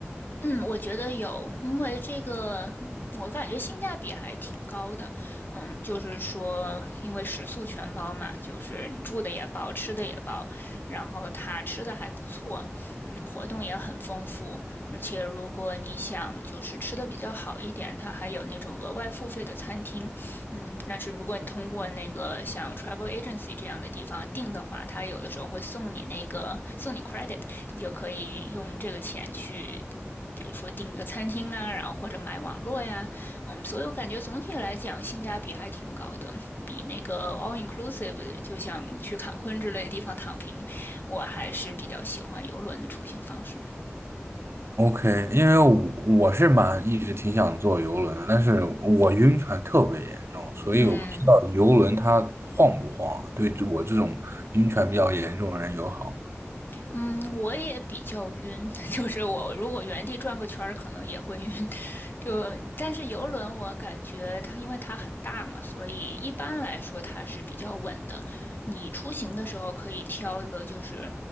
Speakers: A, on the left; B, on the right.
A: 嗯，我觉得有，因为这个我感觉性价比还挺高的。嗯，就是说，因为食宿全包嘛，就是你住的也包，吃的也包，然后它吃的还不错，嗯，活动也很丰富，而且如果你想就是吃的比较好一点，它还有那种额外付费的餐厅。嗯，但是如果你通过那个像 travel agency 这样的地方订的话，它有的时候会送你那个送你 credit，你就可以用这个钱去比如说订个餐厅啊，然后或者买网络呀，嗯，所以我感觉总体来讲性价比还挺高的，比那个 all inclusive 就像去坎昆之类的地方躺平，我还是比较喜欢游轮的出行方式。
B: ？OK，因为我我是蛮一直挺想坐游轮的，但是我晕船特别严重，所以我不知道游轮它晃不晃啊对我这种晕船比较严重的人友好吗？
A: 嗯，嗯，我也比较晕，<laughs> 就是我如果原地转个圈儿，可能也会晕。<laughs> 就但是游轮，我感觉它因为它很大嘛，所以一般来说它是比较稳的。你出行的时候可以挑一个，就是